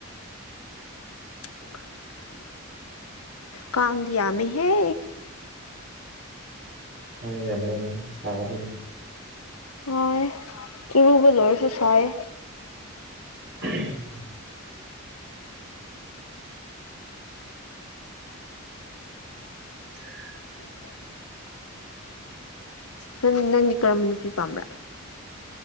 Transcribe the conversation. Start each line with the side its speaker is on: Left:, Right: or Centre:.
Left: <unintelligible> ꯀꯥꯡꯗꯤ ꯌꯝꯃꯦ ꯍꯦ
Right: ꯀꯥꯡ ꯌꯝꯃꯗ <unintelligible>
Left: ꯁꯥꯏ ꯌꯦ ꯏꯔꯨꯕ ꯂꯣꯏꯔꯁꯨ ꯁꯥꯏ ꯌꯦ
Right: ꯎ <unintelligible> <inaudible> <unintelligible> <inaudible>
Left: ꯎꯝ <unintelligible> ꯅꯪ ꯅꯪꯒꯤ ꯀꯔꯝꯕ ꯅꯨꯄꯤ ꯄꯥꯝꯕ꯭ꯔꯥ